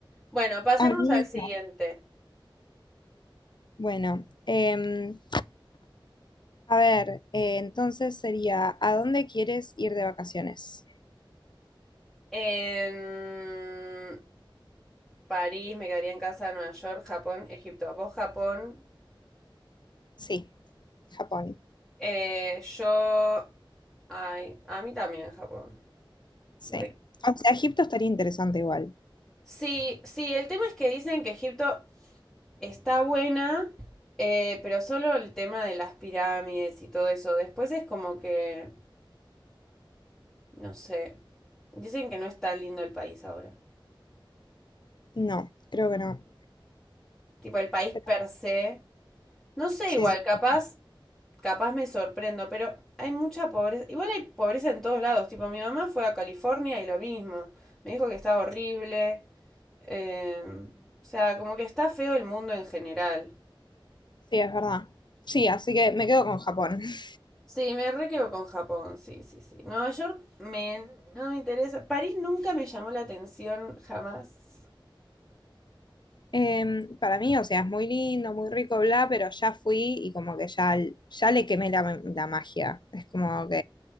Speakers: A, in the centre; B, on the left.
A: Bueno, pasemos
B: A mí
A: al siguiente.
B: no. Bueno, em, a ver, eh, entonces sería, ¿a dónde quieres ir de vacaciones?
A: En París, me quedaría en casa, Nueva York, Japón, Egipto. Vos Japón.
B: Sí, Japón.
A: Eh, yo. Ay, a mí también Japón.
B: Sí.
A: Re.
B: O sea, Egipto estaría interesante igual.
A: Sí, sí, el tema es que dicen que Egipto está buena, eh, pero solo el tema de las pirámides y todo eso. Después es como que, no sé, dicen que no es tan lindo el país ahora.
B: No, creo que no.
A: Tipo, el país
B: Pero
A: per se No sé,
B: sí,
A: igual,
B: sí,
A: capaz,
B: sí,
A: capaz me sorprendo, pero hay mucha pobreza. Igual hay pobreza en todos lados. Tipo, mi mamá fue a California y lo mismo. Me dijo que estaba horrible. eh, o sea, como que está feo el mundo en general.
B: Sí, es verdad. Sí, así que me quedo con Japón. <laughs>
A: Sí, me re quedo con Japón, sí, sí, sí. Nueva York me, no me interesa. París nunca me llamó la atención, jamás.
B: Em, para mí, o sea, es muy lindo, muy rico, bla, pero ya fui y como que ya, ya le quemé la, la magia. Es como, ok,